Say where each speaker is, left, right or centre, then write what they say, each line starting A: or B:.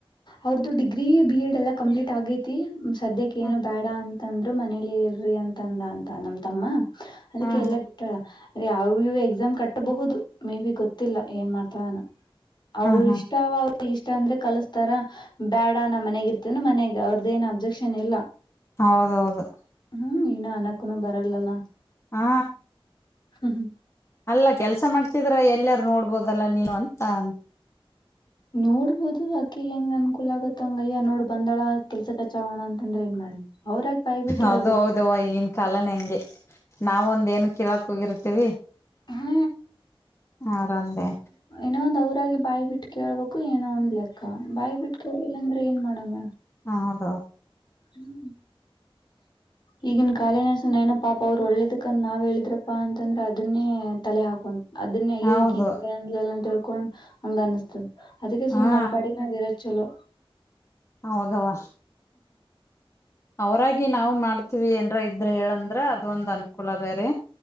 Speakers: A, on the left; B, on the left.
A: ಅವ್ರ್ದು ಡಿಗ್ರಿ ಬಿ ಎಡ್ ಎಲ್ಲಾ ಕಂಪ್ಲೀಟ್ ಆಗೇತಿ ಸದ್ಯ ಏನು
B: ಹ
A: ಬೇಡ ಅಂತ ತಂದ್ರು ಮನೇಲಿ ಇರ್ರಿ ಅಂತಂದ ಅಂತ ನಮ ತಮ್ಮ ಅದಕ್ಕೆ
B: ಹಾ
A: ಎಲ್ಲಾ ಬಿಟ್ಟಳ ಅಂದೆ ಯಾವವು ಎಕ್ಸಾಮ್ ಕಟ್ಟಬಹುದು ಮೇ ಬಿ ಗೊತ್ತಿಲ್ಲ ಏನ್ ಮಾಡ್ತಾವಾನ ಅವ್ರ
B: ಹಾ
A: ಇಷ್ಟ ಅವ ಇಷ್ಟ ಅಂದ್ರೆ ಕಲಸ ರ ಬ್ಯಾಡ ನ ಮನೆಗ ಇರ್ತೇನ ಮನೆಗ್ ಅವ್ರದ ಏನ್ ಅಬ್ಜೆಕ್ಷನ್ ಇಲ್ಲ
B: ಹೌದೌದು
A: ಹ್ಮ್ ಇನ್ನು ಅನಕ್ಕನೂ ಬರಲ್ಲಲ್ಲಾ
B: ಹಾ
A: ಹ್ಮ್ ಹ್ಮ್
B: ಅಲ್ಲ ಕೆಲ್ಸ ಮಾಡ್ತಿದ್ರ ಎಲ್ಲಾರು ನೋಡ್ಬೋದಲ್ಲಾ ನೀನು ಅಂತ ಅಂತ
A: ನೋಡ್ಬೋದು ಆಕೆ ಹೆಂಗ್ ಅನ್ಕೂಲ ಆಗುತ್ತ ಹಂಗ ಅಯ್ಯ ನೋಡ್ ಬಂದಾಳ ಕೆಲ್ಸ ಕಚಾಗೋಣ ಅಂತಂದ್ರೆ ಏನ್ ಮಾಡ್ಲಿ ಅವ್ರಾಗ ಬಾಯಿ ಬಿಟ್ಟು
B: ಅದು
A: ಹೇಳ್ಬೇಕು
B: ಹೌದವ ಈನ್ ಕಾಲನ ಹೆಂಗೆ ನಾವೊಂದ ಏನ್ ಕಳಕ್ ಹೋಗಿರ್ತೀವಿ
A: ಹಾ
B: ಆರೊಂದೇ
A: ಇನ್ನ ಒಂದ ಅವ್ರಾಗಿ ಬಾಯಿ ಬಿಟ್ಟು ಕೇೇಳಬೇಕು ಏನೋ ಒಂದ್ ಲೆಕ್ಕ ಬಾಯಿ ಬಿಟ್ಟು ಕೇಳಿಲ್ಲ ಅಂದ್ರೆ ಏನ್ ಮಾಡೋ ಮ
B: ಹೌದೌ
A: ಹ್ಮ ಈಗನ್ ಕಾಲಿನಸ ಏನಪ್ಪ ಪಾಪ ಅವ್ರು ಒಳ್ಳೇದಕಂದ ನಾವ್ ಹೇಳಿದ್ರಪ್ಪಾ ಅಂತಂದ್ರೆ ಅದನ್ನೇ ತಲೆ ಹಾಕೊಂಡಂು ಅದನ್ನೇಯ್ಯ
B: ಹೌದು
A: ಇ ಈಕ ಹಿಂಗ ಅಂದ್ಲಲ್ಲ ಅಂತ ಹೇಳ್ಕೊಂಡ್ ಹಂಗ ಅನಿಸಸ್ತದ ಅದಕ್ಕೆ ಸುಮ್
B: ಹಾ
A: ನಮ್ಮ ಪಾಡ ನಾರ ಚಲೋ
B: ಹೌದವಾ ಅವರಾಗಿ ನಾವು ಮಾಡ್ತೀವಿ ಏನ್ರ ಇದ್ರೆ ಹೇಳಂದ್ರ ಅದೊಂದ್ ಅನುಕೂಲ ಬೇರೆ